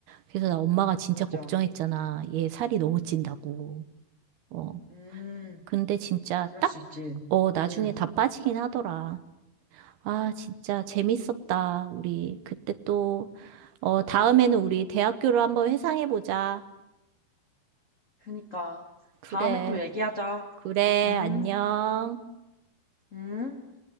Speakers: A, on the right; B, on the left.
A: 그래서 나 엄마가 진짜
B: 맞아.
A: 걱정했잖아. 얘 살이 너무 찐다고. 어,
B: 음.
A: 근데 진짜
B: 그럴
A: 딱,
B: 수 있지.
A: 어, 나중에
B: 응.
A: 다 빠지긴 하더라. 아, 진짜 재밌었다. 우리 그때 또, 어, 다음에는 우리 대학교를 한번 회상해보자.
B: 그니까.
A: 그래.
B: 다음에 또 얘기하자.
A: 그래,
B: 응?
A: 안녕.
B: 응?